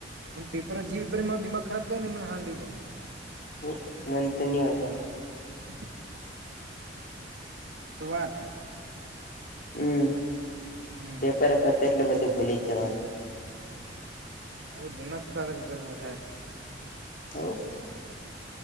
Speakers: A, on the right; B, on the left.
A: પેપર અન જે પપર દમાગ ખરાબ કરે ને મને હાડ રઈ જાય.
B: તો મનંતલી <unintelligible>
A: <unintelligible> ઈ તો વાત એ.
B: હમ્મ,
A: હમ
B: પેપરે પતે એટલે બધું ભૂલી જ જવાનું.
A: હવ દિમાખ ખરાબ પેપર પૂરું થાય.
B: તોવ.